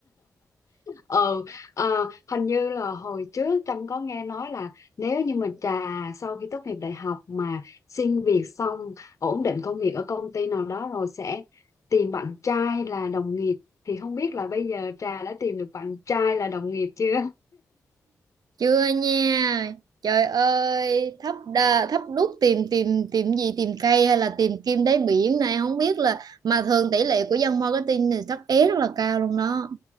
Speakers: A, on the left; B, on the right.
A: ừ à, hình như là hồi trước Trâm có nghe nói là nếu như mà Trà sau khi tốt nghiệp đại học mà xin việc xong ổn định công việc ở công ty nào đó rồi sẽ tìm bạn trai là đồng nghiệp thì không biết là bây giờ Trà đã tìm được bạn trai là đồng nghiệp chưa?
B: chưa nha trời ơi thấp đa, thấp đút tìm tìm tìm gì tìm cây hay là tìm kim đáy biển này không biết là mà thường tỷ lệ của dân marketing thì thất é rất là cao luôn đó